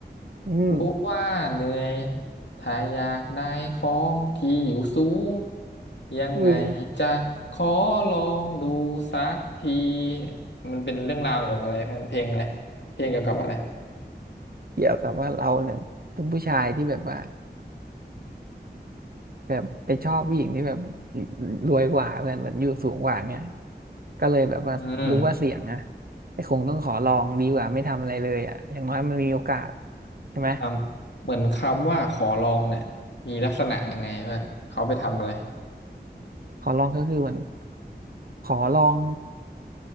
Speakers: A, on the right; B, on the left.
A: อืม
B: รู้ว่าเหนื่อยถ้าอยากได้ของที่อยู่สูงยังไง
A: อืม
B: จะขอลองดูสักทีมันเป็นเรื่องราวเกี่ยวกับอะไรเพื่อนเพลงอะไรเพลงเกี่ยวกับอะไร
A: เกี่ยวกับว่าเราเนี่ยเป็นผู้ชายที่แบบว่าแบบไปชอบผู้หญิงที่แบบรวยกว่าเพื่อนแบบอยู่สูงกว่าเงี้ยก็เลยแบบว่ารู้ว่าเสี่ยงอะ
B: อืม
A: ไอ้คงต้องขอลองดีกว่าไม่ทำอะไรเลยอะอย่างน้อยมันมีโอกาสใช่ไหม
B: คำเหมือนคำว่าขอลองเนี่ยมีลักษณะยังไงเพื่อนเขาไปทำอะไร
A: ขอลองก็คือเหมือนขอลอง